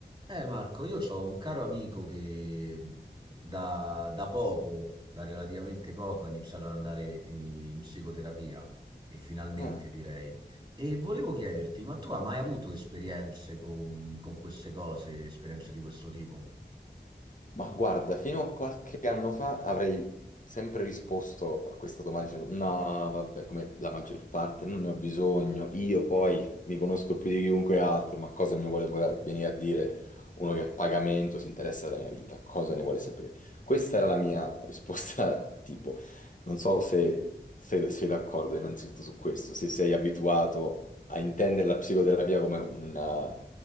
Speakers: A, on the right; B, on the left.
A: Eh Marco, io ho un caro amico che mhmm, da, da poco, da relativamente poco, ha iniziato ad andare in psicoterapia e finalmente
B: Ah,
A: direi. E volevo chiederti, ma tu hai mai avuto esperienze con, con queste cose, esperienze di questo tipo?
B: ma guarda, fino a qualche anno fa avrei sempre risposto a questa domanda dicendo no, vabbè, come la maggior parte, non ne ho bisogno, io poi mi conosco più di chiunque altro, ma cosa mi vuole vuole venire a dire uno che a pagamento si interessa della mia vita, cosa ne vuole sapere? Questa era la mia risposta, <laughs> tipo, non so se se sei d'accordo innanzitutto su questo, se sei abituato a intendere la psicoterapia come una